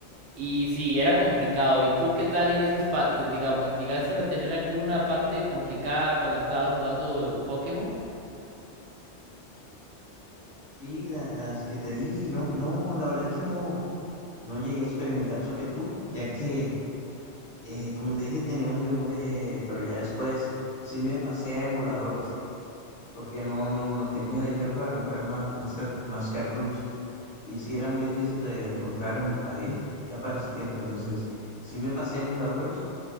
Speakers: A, on the right; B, on the left.
A: y sí, era complicado. ¿Y tú qué tal en esas partes? Digamos, ¿llegaste a tener alguna parte complicada cuando estabas jugando Pokémon?
B: Sí, la- las que te dije y no, no, la verdad es que no, no llegué a experimentar eso que tú, ya que, eh, como te dije, tenía un Game Boy, eh, pero ya después sí me pasé a emuladores, porque no, no, no tenía <laughs> dinero para comprar más, más, cas- más cartuchos. Y sí era muy difícil de, de encontrar en mi país, ya para ese tiempo, entonces sí me pasé a emuladores.